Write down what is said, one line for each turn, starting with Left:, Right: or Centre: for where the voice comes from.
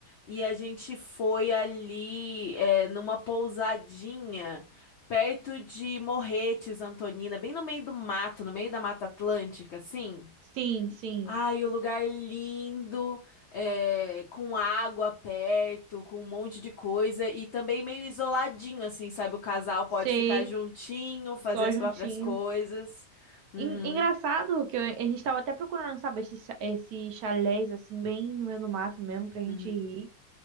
Left: E a gente foi ali é, numa pousadinha. Perto de Morretes, Antonina, bem no meio do mato, no meio da Mata Atlântica, assim.
Right: sim, sim,
Left: Ai, o lugar lindo, é, com água perto, com um monte de coisa e também meio isoladinho, assim, sabe? O casal pode
Right: sei,
Left: ficar juntinho, fazer
Right: só
Left: as
Right: juntinho.
Left: próprias coisas. Uhum,
Right: En- Engraçado que eu- a gente tava até procurando, sabe, esses cha- esses chalés, assim, bem no meio do mato mesmo, pra gente
Left: uhum.
Right: ir.